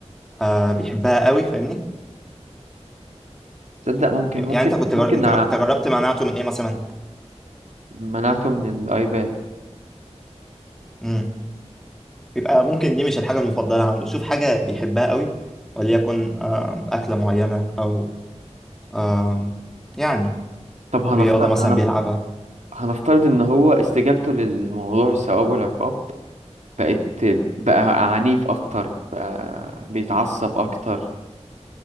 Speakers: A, in the centre; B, on the right.
A: آه بيحبها قوي فاهمني
B: تصدق ممكن
A: يعني
B: ممكن
A: انت كنت
B: ممكن
A: جر... انت
B: نع-
A: انت جربت منعته من ايه مثلا
B: منعته من الايباد
A: امم يبقى ممكن دي مش الحاجة المفضلة عنده شوف حاجة بيحبها قوي وليكن آه أكلة معينة او آه يعني
B: طب هنفترض
A: رياضة مثلا
B: هنف...
A: بيلعبها
B: هنفترض ان هو استجابته للموضوع الثواب والعقاب بقت بقى عنيف اكتر بقى بيتعصب اكتر